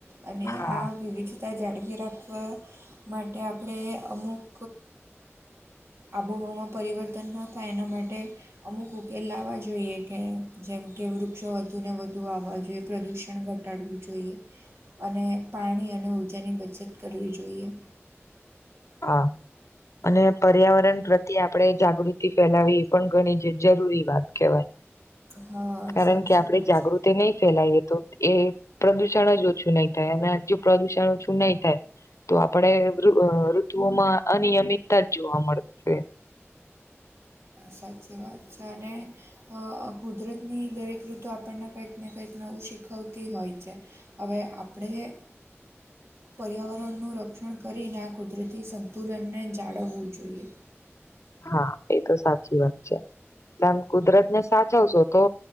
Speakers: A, on the right; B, on the left.
A: અને
B: હા
A: આ વિવિધતા જાળવી રાખવા માટે આપણે અમુક આબોહવામાં પરિવર્તન ન થાય એના માટે અમુક ઉકેલ લાવવા જોઈએ કે જેમ કે વૃક્ષો વધુ ને વધુ આવવા જોઈએ પ્રદુષણ શ ઘટાડવું જોઈએ અને પાણી અને ઉર્જાની બચત કરવી જોઈએ.
B: હા અને પર્યાવરણ પ્રત્યે આપણે જાગૃતિ ફેલાવી એ પણ ઘણી જ જરૂરી વાત કહેવાય.
A: હા
B: કારણ
A: સાચી
B: કે આપડે
A: વાત
B: જાગૃત
A: છે
B: તે નહી ફેલાય તો એ પ્રદુષણ જ ઓછું નહી થાય અને પ્રદુષણ ઓ શું નહી થાય તો આપડે ઋતુઓમાં અનિયમિતતા જ જોવા મળે છે.
A: સાચી વાત છે અને અ કુદરતની દરેક ઋતુ આપણને કંઈક ને કંઈક નવું શીખવતી હોય છે. હવે આપણે પર્યાવરણનું રક્ષણ કરીને કુદરતી સંતુલનને જાળવવું જોઈએ.
B: હા એ તો સાચી વાત છે એટલે આમ કુદરત ને સાચવશો તો